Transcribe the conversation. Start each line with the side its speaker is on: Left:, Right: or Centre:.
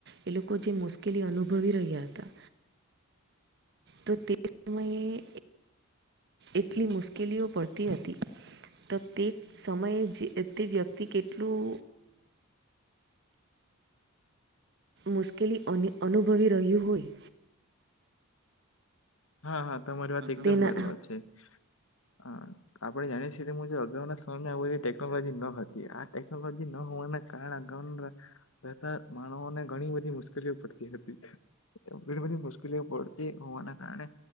Right: એ લોકો જે મુશ્કેલી અનુભવી રહ્યા હતા. તો તે સમયે એટલી મુશ્કેલીઓ પડતી હતી. તો તે સમયે જે તે વ્યક્તિ કેટલું મુશ્કેલી અન અનુભવી રહ્યું હોય.
Left: હા હા તમારી વાત એકદમ
Right: તેના
Left: બરોબર છે, હા. આપણે જાણીએ છી કે મુું અગાઉ ના સમય આવ બધી ટેકનોલોજી ન હતી આ ટેકનોલોજી ન હોવાના કારણ આગઉ, રહેતા માણને ઘણી બધી મુશ્કેલીઓ પડતી હતી. ઘણી બધી મુશ્કેલીઓ પડતી હોવાના કારણે.